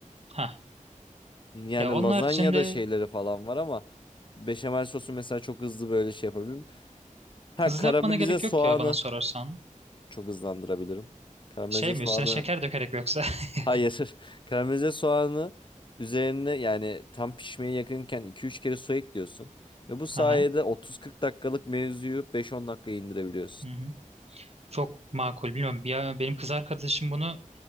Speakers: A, on the right; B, on the left.
A: ha
B: yani
A: ya onun
B: lazanya
A: haricinde
B: da şeyleri falan var ama beşamel sosu mesela çok hızlı böyle şey yapabilirim. Ha
A: hızlı
B: karamelize
A: yapmana gerek
B: soğanı
A: yok ya bana sorarsan.
B: çok hızlandırabilirim. Karamelize
A: Şey mi
B: soğanı
A: üstüne şeker dökerek mi yoksa? <laughs>
B: hayır. <laughs> Karamelize soğanı üzerine yani tam pişmeye yakınken iki üç kere su ekliyorsun. Ve bu sayede
A: Aha.
B: 30-40 dakikalık mevzuyu 5-10 dakikaya indirebiliyorsun.
A: Hı hı. Çok makul. Bilmiyorum. Bir, benim kız arkadaşım bunu